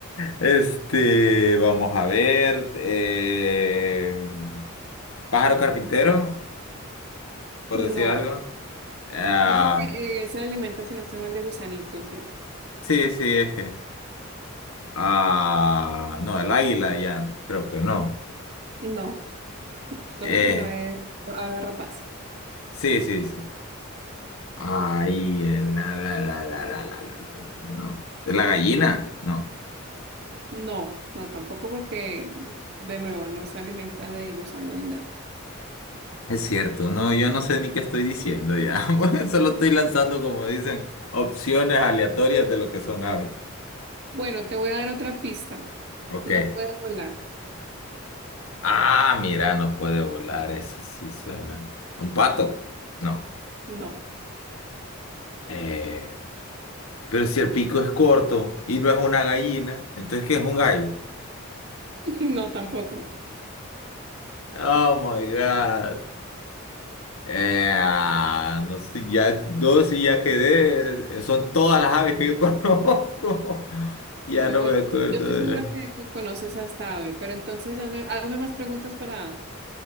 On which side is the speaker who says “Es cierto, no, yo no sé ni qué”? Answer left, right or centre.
Left